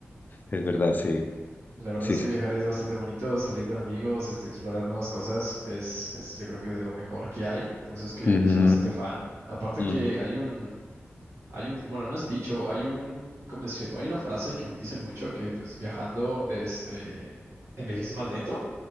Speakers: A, on the left; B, on the right.
A: es verdad, sí,
B: La verdad
A: sí,
B: es que
A: sí.
B: viajar es bastante bonito, salir con amigos, este, explorar nuevas cosas, es, es yo creo que de lo mejor que hay, por eso es que
A: Ujú,
B: soy bastante fan. Aparte
A: ujú.
B: que hay un, hay un, di- bueno, no es dicho, hay un, ¿cómo decirlo? Hay una frase que mu- dicen mucho que pues viajando, este, envejeces más lento.